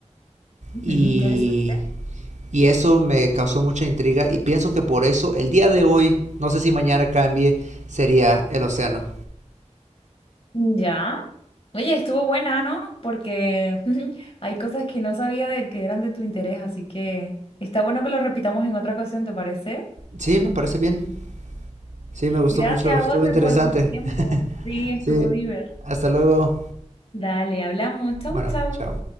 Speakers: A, on the left; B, on the right.
A: Mm,
B: Y,
A: interesante.
B: y eso me causó mucha intriga y pienso que por eso el día de hoy, no sé si mañana cambie, sería el océano.
A: Ya. Oye, estuvo buena, ¿no? Porque <laughs> hay cosas que no sabía de que eran de tu interés, así que está bueno que lo repitamos en otra ocasión, ¿te parece?
B: Sí, me parece bien. Sí, me gustó
A: Gracias,
B: mucho, estuvo
A: José,
B: interesante.
A: por tu tiempo.
B: <laughs>
A: Sí, estuvo
B: Sí,
A: divertido.
B: hasta luego.
A: Dale, hablamos. Chau,
B: Bueno,
A: chau.
B: chao.